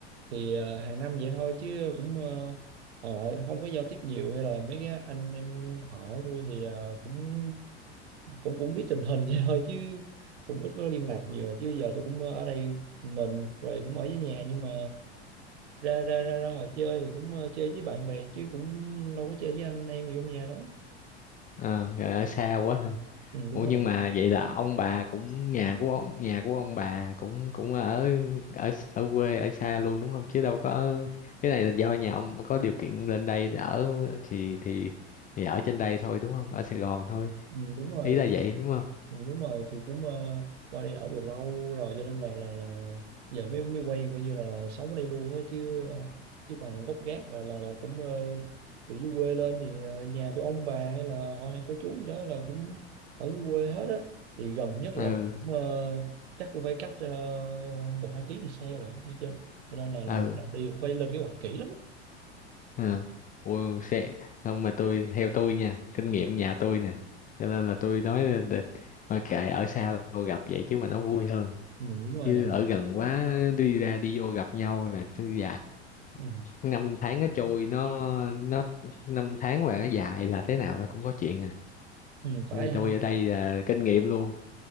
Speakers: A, on the right; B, on the left.
A: thì ờ, hàng năm vậy thôi chứ cũng ờ, còn lại không có giao tiếp nhiều hay là mấy cái anh em họ của tôi thì ờ, cũng cũng cũng biết tình hình <laughs> vậy thôi chứ cũng ít có liên lạc nhiều Là chứ giờ tôi cũng ở đây mình rồi cũng ở với nhà nhưng mà ra ra ra ra ngoài chơi thì cũng ờ, chơi với bạn bè chứ cũng đâu có chơi với anh em gì trong nhà đâu
B: Ờ, rồi ở xa quá.
A: ừ, đúng
B: Ủa nhưng
A: rồi
B: mà vậy là ông bà cũng nhà của ông nhà của ông bà cũng cũng ở ở ở quê ở xa luôn đúng không chứ đâu có cái này là do nhà ông có điều kiện lên đây để ở thì thì thì ở trên đây thôi đúng không ở Sài Gòn thôi
A: ừ, đúng rồi
B: ý là vậy đúng không
A: Ừ, đúng rồi thì cũng ờ, qua đây ở từ lâu rồi cho nên là là là giờ mới mới quen coi như là sống ở đây luôn á chứ ờ, chứ còn gốc gác là là, là cũng ờ, từ dưới quê lên thì ờ, nhà từ ông bà hay là họ hàng cô chú gì đó là cũng ở dưới quê hết á thì gần nhất
B: ừ
A: là cũng, ờ, chắc cũng phải cách ờ, một hai tiếng thì xe rồi chứ trên cho nên là là
B: ừ
A: một lần đi cũng phải lên kế hoạch kỹ lắm
B: ừ Ủa, sẽ không mà tôi theo tôi nha kinh
A: ừ,
B: nghiệm nhà tôi nè cho nên là tôi nói là để- thôi kệ ở xa tôi gặp vậy chứ mà nó vui hơn
A: đúng rồi
B: chứ ở gần quá đi ra đi vô gặp nhau là dạ
A: ừ,
B: năm tháng nó trôi nó nó năm tháng mà nó dài là thế nào nó cũng có chuyện à
A: ừ, phải
B: như tôi
A: ha
B: ở đây là kinh nghiệm luôn